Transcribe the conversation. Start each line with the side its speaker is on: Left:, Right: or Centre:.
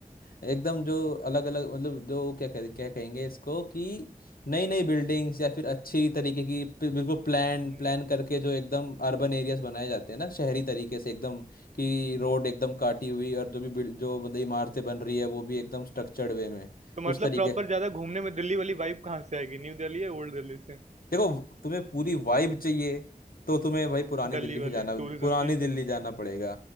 Left: एकदम जो अलग अलग मतलब जो क्या कह, क्या कहेंगे इसको कि नई नई बिल्डिंग्स या फिर अच्छी तरीके की प- बिल्कुल प्लान
Right: हुँ।
Left: प्लान करके जो एकदम अर्बन एरियाज बनाए जाते हैं ना शहरी तरीके से एकदम कि रोड एकदम काटी हुई और जो भी बिल- जो मतलब इमारतें बन रही है वो भी एकदम स्ट्रक्चर्ड वे में
Right: तो मतलब
Left: उस तरीके
Right: प्रॉपर ज़्यादा घूमने में दिल्ली वाली वाइब कहाँ से आएगी? न्यू दिल्ली या ओल्ड दिल्ली से?
Left: देखो तुम्हें पूरी वाइब चाहिए तो तुम्हें भाई पुरानी
Right: दिल्ली
Left: दिल्ली ही
Right: वाली
Left: जाना
Right: टूरिज़्म
Left: पुरानी
Right: की?
Left: दिल्ली जाना पड़ेगा